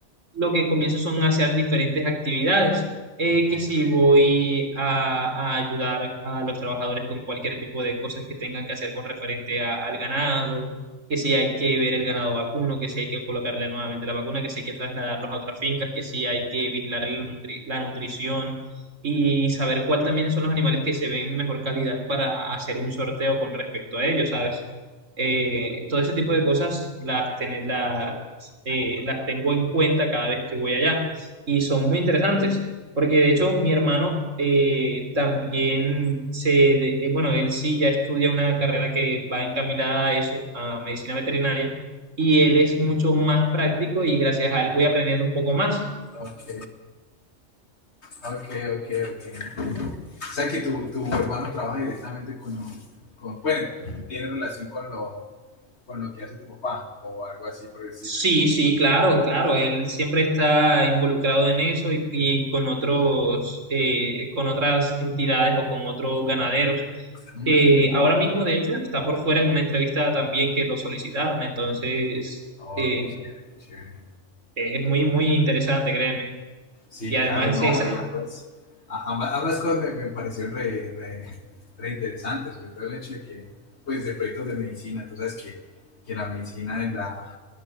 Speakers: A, on the right; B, on the left.
A: lo que comienzo son a hacer diferentes actividades, eh,
B: ok,
A: que si voy a, a ayudar a los trabajadores con cualquier tipo de cosas que tengan que hacer con referente a- al ganado, que si hay que ver el ganado vacuno, que si hay que colocarle nuevamente la vacuna, que si hay que trasladarlos a otras fincas, que si hay que vigilar la nutri- la nutrición y saber cuál también son los animales que se ven en mejor calidad para hacer un sorteo con respecto a ellos, ¿sabes? Eh, todo ese tipo de cosas las, ten- las, eh, las tengo en cuenta cada vez que voy allá y son muy interesantes, porque de hecho mi hermano eh, también se, de- eh, bueno, él sí ya estudia una carrera que va encaminada a eso, a medicina veterinaria, y él es mucho más práctico y gracias a él voy aprendiendo un poco más.
B: ok, ok, ok, ok. O sea que tu, tu hermano trabaja directamente con, con bueno, tiene relación con lo, con lo que hace tu papá o algo así por decirlo.
A: Sí, sí, claro, claro. Él siempre está involucrado en eso y, y con otros, eh, con otras entidades o con otros ganaderos.
B: Mm.
A: que ahora mismo, de hecho, está por fuera en una entrevista también que lo solicitaron, entonces
B: Oh,
A: eh,
B: qué chévere, qué chévere.
A: es muy, muy interesante, créeme.
B: Sí,
A: Y además
B: claro, no,
A: es,
B: y ambas, ambas, ambas cosas me, me parecieron re, re, re interesantes, sobre todo el hecho de que, pues, de proyectos de medicina, tú sabes que, que la medicina en la,